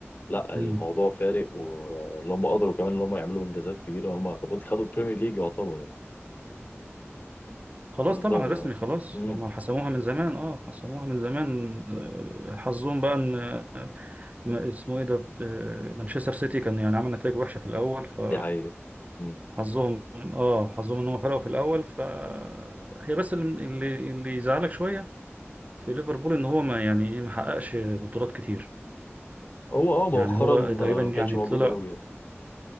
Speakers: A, on the left (about 40°); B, on the right (about 35°).
A: لا
B: مم.
A: الموضوع فارق واللي هم قدروا كمان ان هم يعملوا انجازات كبيره هم خدوا خدوا البريمير ليج يعتبر يعني
B: خلاص
A: خدوا
B: طبعا
A: الدوري
B: رسمي
A: اه
B: خلاص
A: امم
B: هما حسموها من زمان اه حسموها من زمان آه، حظهم بقى ان آه، ما اسمه ايه ده آه، مانشستر سيتي كان يعني عمل نتائج وحشة في الاول ف
A: دي حقيقه امم
B: حظهم اه حظهم ان هم فرقوا في الاول فهي بس اللي اللي اللي يزعلك شويه في ليفربول ان هو ما يعني ايه ما حققش بطولات كتير
A: هو اه مؤخرا
B: يعني هو
A: آه،
B: تقريبا يعني
A: ما كانش موجود
B: طلع
A: قوي